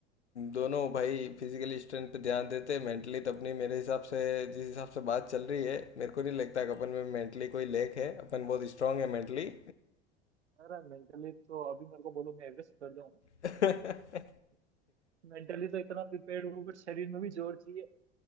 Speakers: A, on the left; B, on the right.
A: दोनों भाई फिजिकली स्ट्रेंथ पे ध्यान देते हैं मेंटली तो अपनी मेरे हिसाब से जिस हिसाब से बात चल रही है मेरे को नहीं लगता कि अपन में मेंटली कोई लेक है अपन बहुत स्ट्रांग है मेंटली
B: मेरा मेंटली तो अभी मेरे को बोलो मैं एवरेस्ट कर जाऊं
A: <laughs>
B: <laughs> मेंटली तो इतना प्रिपेयर्ड हूँ बट शरीर में भी जोर चाहिए